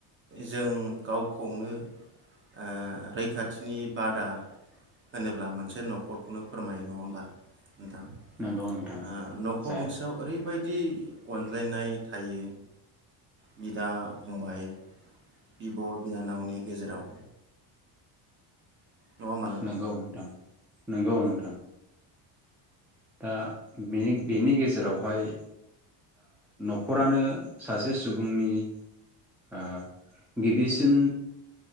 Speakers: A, on the right (about 25°); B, in the centre.
A: जों गावखौनो ओ रैखाथिनि बादा होनोब्ला मोनसे न'खरखौनो फोरमायो नङा होमबा नोंथां ओ
B: नंगौ नोंथां
A: न'खर
B: जाय
A: गंसेयाव ओरै बायदि अनज्लायनाय थायो। बिदा फंबाय बिब' बिनानावनि गेजेराव नङा होमबा
B: नोंगौ नोंथां नोंगौ नोंथां। दा बेनि गेजेरावहाय खरानो सासे सुबुंनि ओ गिबिसिन